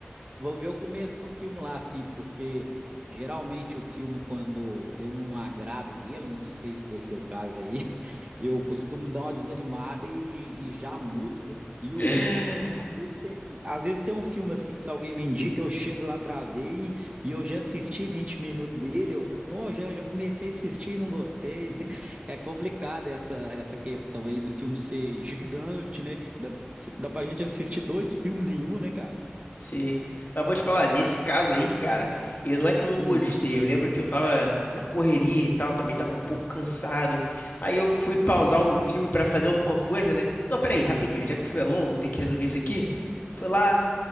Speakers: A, on the right; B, on the left.
A: Vou ver o começo do filme lá, assim, porque geralmente o filme, quando eu não agrado dele, não sei se foi seu caso aí, <laughs> eu costumo dar uma desanimada e, e já mudo o filme,
B: <laughs>
A: né? Às vezes tem, às vezes tem um filme assim que alguém me indica, eu chego lá pra ver e, e eu já assisti 20 minutos dele, eu não, já, já comecei a assistir e não gostei, né? <laughs> É complicado essa, essa questão aí do filme ser gigante, né? Dá, dá pra gente assistir dois filmes em um, né, cara?
B: Sim, mas vou te falar, nesse caso aí, cara, eu não é que eu não
A: Sim.
B: gostei, eu lembro que eu tava na correria e tal, também tava um pouco cansado, aí eu fui pausar o filme pra fazer alguma coisa, né? Não, peraí, rapidinho, já que o filme é longo, eu tenho que resolver isso aqui, fui lá,